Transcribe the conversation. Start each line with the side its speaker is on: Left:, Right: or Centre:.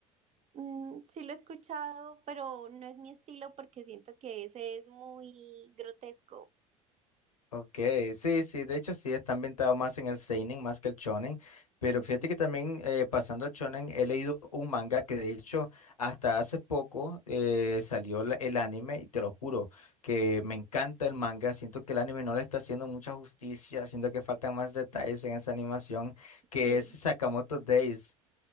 Right: Mm, sí lo he escuchado, pero no es mi estilo porque siento que ese es muy grotesco.
Left: Ok, sí, sí, de hecho sí, está ambientado más en el seinen más que el shonen, pero
Right: Ujú,
Left: fíjate que también eh, pasando al shonen he leído un manga que de hecho hasta hace poco eh, salió la- el anime y te lo juro que me encanta el manga, siento que el anime no le está haciendo mucha justicia, siento que faltan más detalles en esa animación que
Right: Sí.
Left: es Sakamoto Days.